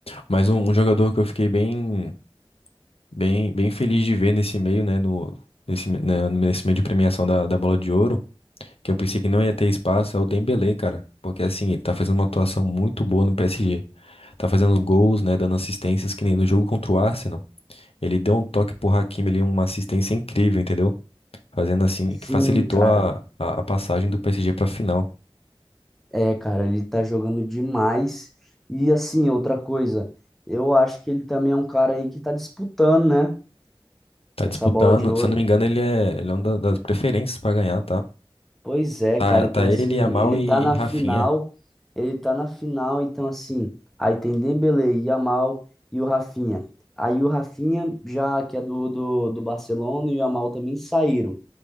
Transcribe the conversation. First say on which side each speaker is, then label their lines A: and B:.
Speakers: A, on the left (about 80°); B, in the centre.
A: Mas um, um jogador que eu fiquei bem, bem, bem feliz de ver nesse meio, né? No, nesse, me- né, nesse meio de premiação da, da bola de ouro, que eu pensei que não ia ter espaço, é o Dembélé, cara. Porque assim, ele tá fazendo uma atuação muito boa no PSG. Tá fazendo gols, né? Dando assistências, que nem no jogo contra o Arsenal. Ele deu um toque pro Hakimi ali, uma assistência incrível, entendeu? Fazendo assim,
B: Sim,
A: que facilitou
B: cara.
A: a, a, a passagem do PSG pra final.
B: É, cara, ele tá jogando demais. E assim, outra coisa, eu acho que ele também é um cara aí que tá disputando, né?
A: Tá
B: Essa
A: disputando,
B: bola de ouro.
A: se eu não me engano, ele é, ele é uma da- das preferências pra ganhar, tá?
B: Pois é,
A: Tá,
B: cara. Então,
A: tá
B: assim,
A: ele, Yamal
B: ele
A: e,
B: tá na
A: e Rafinha.
B: final. Ele tá na final, então, assim, aí tem Dembélé, Yamal e o Rafinha. Aí o Rafinha, já que é do, do, do Barcelona, e o Yamal também saíram.